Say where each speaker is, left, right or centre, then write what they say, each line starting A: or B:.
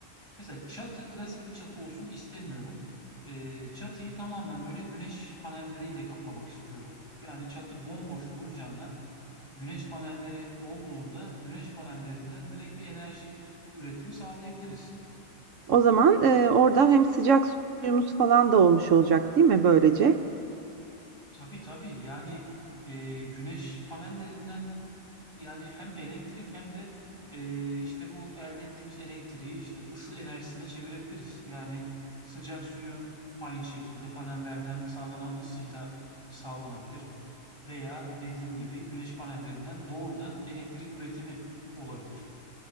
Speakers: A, on the left; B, on the right.
A: Mesela çatı klasik bir çatı olsun istemiyorum. Eee, çatıyı tamamen böyle güneş panelleriyle kaplamak istiyorum. Yani çatı bomboş duracağına güneş panelleri olduğunda güneş panellerinden direkt bir enerji üretimi sağlayabiliriz.
B: O zaman, eee, orada hem sıcak suyumuz falan da olmuş olacak, değil mi böylece?
A: Tabii tabii yani eee, güneş panellerinden Yani hem elektrik hem de eee, işte bu elde ettiğimiz elektriği işte ısı enerjisine çevirebiliriz. Yani sıcak suyu aynı şekilde panellerden sağlanan ısıyla sağlanabilir veya dediğim gibi güneş panellerinden doğrudan elektrik üretimi olabilir.